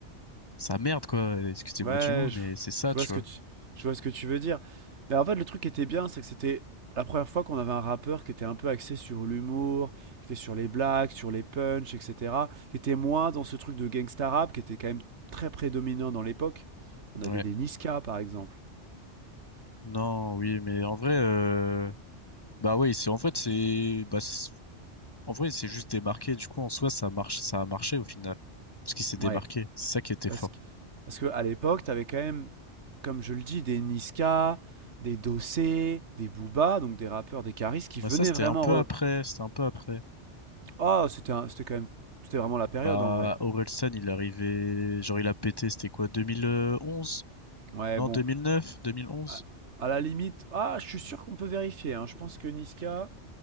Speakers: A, on the left; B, on the right.
A: sa merde, quoi. Excusez-moi
B: ouais,
A: du mot,
B: je,
A: mais c'est ça,
B: je vois
A: tu
B: ce
A: vois.
B: que tu, je vois ce que tu veux dire. Mais en fait, le truc qui était bien, c'est que c'était la première fois qu'on avait un rappeur qui était un peu axé sur l'humour, qui était sur les blagues, sur les punchs, etc. Qui était moins dans ce truc de gangsta rap, qui était quand même très prédominant dans l'époque. On avait
A: Ouais.
B: des Niska, par exemple.
A: Non, oui, mais en vrai, euh, bah, oui, c'est, en fait, c'est, bah, c'est- en vrai, c'est juste démarqué. Du coup, en soi, ça marche, ça a marché au final. Parce qu'il s'est démarqué.
B: Ouais,
A: C'est ça qui était
B: Parce
A: fort.
B: que, parce que à l'époque, t'avais quand même, comme je le dis, des Niska, des Dossé, des Booba, donc des rappeurs, des Caris qui
A: Bah,
B: venaient
A: ça, c'était
B: vraiment.
A: un peu
B: re-
A: après, c'était un peu après.
B: Ah, c'était un- c'était quand même. C'était vraiment la période
A: Bah,
B: en vrai.
A: Orelsan, il est arrivé, genre il a pété, c'était quoi, 2011?
B: Ouais,
A: Non,
B: bon.
A: 2009, 2011?
B: À, à la limite. Ah, je suis sûr qu'on peut vérifier. hein. Je pense que Niska,